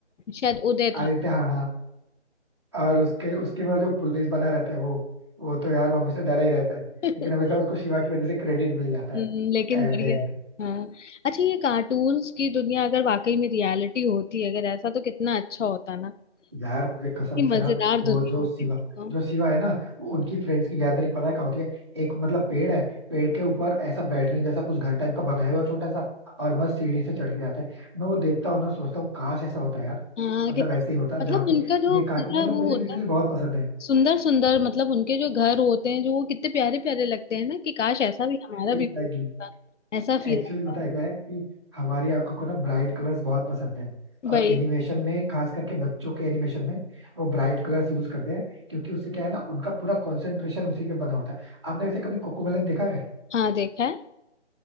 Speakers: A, on the left (about 85°); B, on the right (about 25°).
A: शायद उदय था
B: आदित्य हाँ हाँ और उसके उसके में जो पुलिस बना रहता है वो वो तो यार वो हमेशा डरा ही रहता है
A: <laughs>
B: लेकिन हमेशा उसको शिवा की वजह से क्रेडिट मिल जाता
A: हम्म,
B: है
A: लेकिन
B: एट
A: बढ़िया
B: द एंड
A: हाँ अच्छा ये कार्टून्स की दुनिया अगर वाकई में रियलिटी होती अगर ऐसा तो कितना अच्छा होता ना
B: यार मुझे कसम
A: कितनी
B: से
A: मजेदार
B: ना वो
A: दुनिया
B: जो
A: होती
B: शिवा
A: फिर तो
B: जो शिवा है ना वो उनकी फ्रेंड्स की गैदरिंग पता है कहाँ होती है एक मतलब पेड़ है पेड़ के ऊपर ऐसा बैठने जैसा कुछ घर टाइप का बनाया हुआ है छोटा सा और मस्त सीढ़ी से चढ़ के जाते हैं मैं वो देखता हूँ ना सोचता हूँ काश ऐसा होता यार
A: हाँ
B: मतलब
A: कितना
B: ऐसे ही होता जहाँ
A: मतलब
B: पे
A: उनका जो
B: ये कार्टून
A: पूरा
B: मतलब
A: वो
B: मुझे
A: होता
B: लिटरली बहुत पसंद है
A: सुंदर सुंदर मतलब उनके जो घर होते हैं जो वो कितने प्यारे प्यारे लगते हैं ना कि काश ऐसा भी हमारा
B: एग्जैक्टली
A: भी घर होता ऐसा फील
B: एक्चुअली
A: आता
B: पता है क्या है कि हमारी आंखों को ना ब्राइट कलर्स बहुत पसंद है
A: है
B: और
A: भाई
B: एनिमेशन में खास करके बच्चों के एनिमेशन में वो ब्राइट कलर्स यूज करते हैं क्योंकि उससे क्या है ना उनका पूरा कंसंट्रेशन उसी पे बना होता है आपने वैसे कभी कोकोमेलन देखा है
A: हाँ देखा है